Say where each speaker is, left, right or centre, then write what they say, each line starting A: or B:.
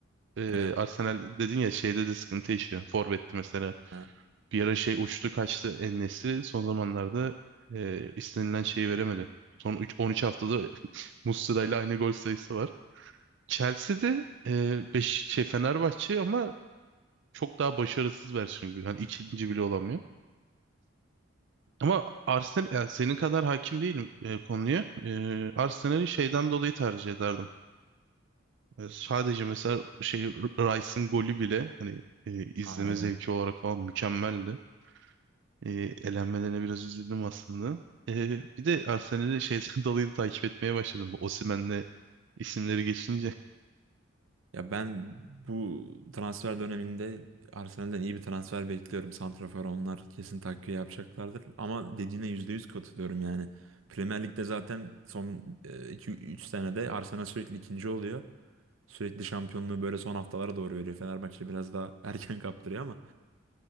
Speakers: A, on the right; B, on the right.
A: e,
B: Evet.
A: Arsenal dedin ya şeyde de sıkıntı yaşıyor. Forvet'ti mesela.
B: Ha,
A: Bir ara şey uçtu kaçtı en son zamanlarda e, istenilen şeyi veremedi. Son üç- 13 haftada <laughs> Muslera ile aynı gol sayısı var. Chelsea'de e, beş, şey Fenerbahçe ama çok daha başarısız versiyonu gibi. Yani ikinci bile olamıyor. Ama Arsenal yani senin kadar hakim değilim e, konuya. E, Arsenal'i şeyden dolayı tercih ederdim. E, sadece mesela şey Rice'ın golü bile hani e, izleme
B: ha,
A: zevki olarak falan mükemmeldi. E, elenmelerine biraz üzüldüm aslında. E, bir de Arsenal'i şeyden <laughs> dolayı da takip etmeye başladım. Bu Osimhen'le isimleri geçince.
B: Ya ben bu transfer döneminde Arsenal'den iyi bir transfer bekliyorum. Santrafor onlar kesin takviye yapacaklardır. Ama dediğine %100 katılıyorum yani. Premier Lig'de zaten son e, iki üç senede Arsenal sürekli ikinci oluyor. Sürekli şampiyonluğu böyle son haftalara doğru veriyor. Fenerbahçe biraz daha <laughs> erken kaptırıyor ama